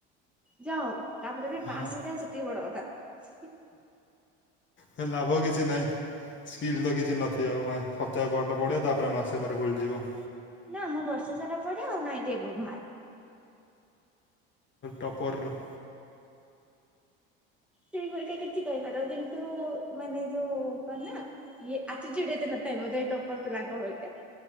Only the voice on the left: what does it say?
ହଁ
ହେ ଲାଭ କିଛି ନାହିଁ। ସ୍କିଲତ କିଛି ନଥିବଉ ମା ସପ୍ତାହେଟ ପଡ଼ିବ ତାପରେ ମାସେ ପରେ ଭୁଲିଯିବ
ଟପର ଲୋ